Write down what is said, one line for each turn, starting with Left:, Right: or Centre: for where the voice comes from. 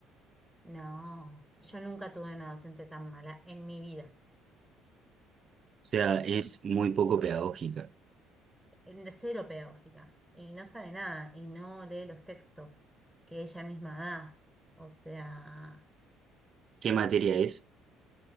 Centre: No, yo nunca tuve una docente tan mala en mi vida,
Right: sea, es muy poco pedagógica.
Centre: en de cero pedagógica, y no sabe nada, y no lee los textos que ella misma da. O sea,
Right: ¿Qué materia es?